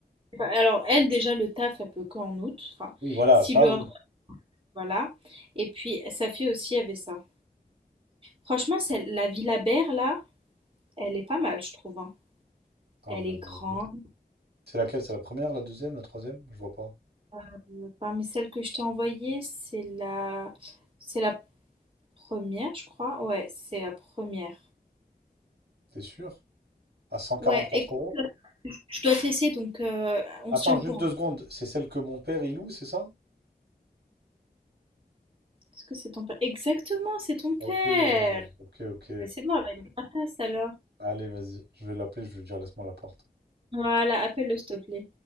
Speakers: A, on the right; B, on the right.
A: enfin, alors elle, déjà, le taf, elle peut qu'en août, enfin,
B: Oui, voilà,
A: si
B: ça
A: le...
B: oui.
A: Voilà. Et puis, sa fille aussi avait ça. Franchement, celle- la Villa Berre, là, elle est pas mal, je trouve, hein.
B: Attends,
A: Elle
B: je vais
A: est
B: regarder.
A: grande.
B: C'est laquelle? C'est la première, la deuxième, la troisième? Je vois pas.
A: Euh, Parmi celles que je t'ai envoyées, c'est la... c'est la première, je crois. Ouais, c'est la première.
B: T'es sûr? À 144
A: Ouais, écoute,
B: euros?
A: je dois te laisser, donc euh, on
B: Attends,
A: se tient
B: juste
A: au courant.
B: deux secondes. C'est celle que mon père il loue, c'est ça?
A: Est-ce que c'est ton père? Exactement, c'est ton
B: Ok,
A: père.
B: ok, ok.
A: Mais c'est bon, elle va être grâce alors.
B: Allez, vas-y. Je vais l'appeler, je vais lui dire laisse-moi la porte.
A: Voilà, appelle-le s'il te plaît.